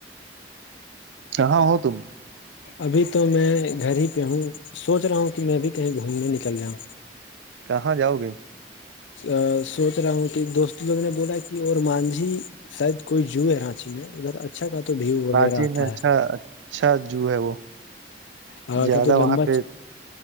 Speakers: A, on the right; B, on the left.
A: کہاں ہو تم
B: ابھی تو میں گھر ہی پہ ہوں سوچ رہا ہوں کہ میں بھی کہیں گھومنے نکل جاؤں
A: کہاں جاؤ گے
B: ا سوچ رہا ہوں کہ دوست لوگ نے بولا کہ اور مانجھی شاید کوئی جوو ہے رانچی میں ادھر اچھا کا تو ویو وغیرہ
A: چ
B: آتا
A: میں اچھا اچھا جوو ہے وہ
B: ہے
A: زیادہ
B: کا تو
A: وہاں
B: لمبا
A: پہ